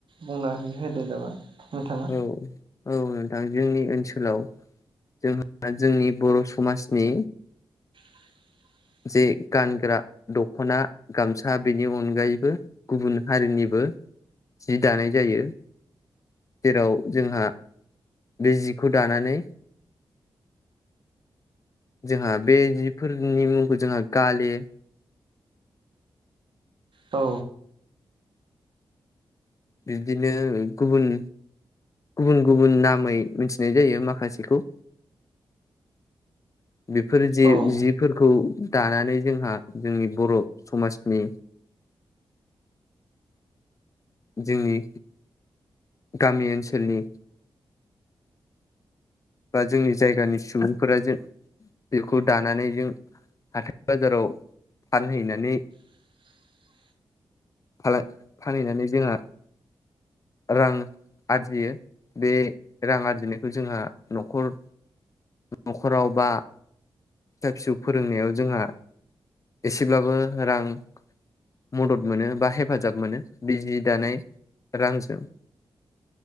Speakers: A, on the right; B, on the left.
A: बुंनानै होदो नामा नोंथा?
B: औ औ नोंथां जोंनि ओनसोलाव जोंहा जोंनि बर' समाजनि
A: <inaudible>
B: जे गानग्रा दख'ना गामसा बेनि अनगायैबो गुबुन हारिनिबो जि दानाय जायो। जेराव जोंहा बे जिखौ दानानै जोंहा बे जिफोरनि मुंखौ जोंहा गाले
A: औ।
B: बिदिनो गुबुन गुबुन गुबुन नामै मिथिनाय जायो माखासेखौ। बेफोर जि
A: औ
B: जिफोरखौ दानानै जोंहा जोंनि बर' समाजनि जोंनि गामि ओनसोलनि बा जोंनि जायगानि सुबुंफोरा जों बेखौ दानानै जों हाथाय बाजाराव फानहैनानै
A: <inaudible>
B: फाला फानहैनानै जोंहा रां आरजियो। बे रां आरजिनायखौ जोंहा न'खर न'खराव बा फिसा फिसौ फोरोंनायाव जोंहा एसेब्लाबो रां मदद मोनो बा हेफाजाब मोनो बे जि दानाय रांजों